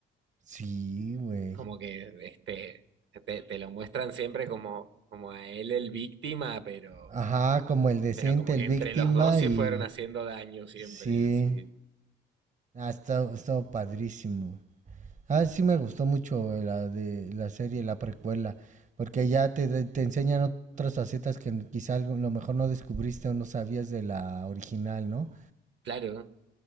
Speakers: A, on the right; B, on the right.
A: Sí, güey.
B: como que este, te, te lo muestran siempre como, como a él el víctima, pero,
A: Ajá, como el decente,
B: pero como que
A: el víctima
B: entre los dos se
A: y...
B: fueron haciendo daño siempre,
A: Sí.
B: así.
A: Ah, está, está padrísimo. Ah, sí me gustó mucho la de la serie, la precuela, porque ya te, te enseñan otras facetas que quizá algo, lo mejor no descubriste o no sabías de la original, ¿no?
B: Claro,